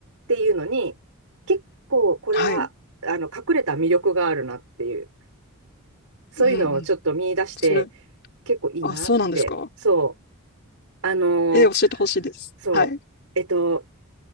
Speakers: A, on the right; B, on the left.
A: ていうのに、結構これは、
B: はい。
A: あの、隠れた魅力があるなっていう、そういうのをちょっと見出して、
B: うんうん。それ、
A: 結構いいなって。
B: あ、そうなんですか。
A: そう。あのー
B: えー、教えてほしいです。
A: そう。
B: はい。
A: えっと、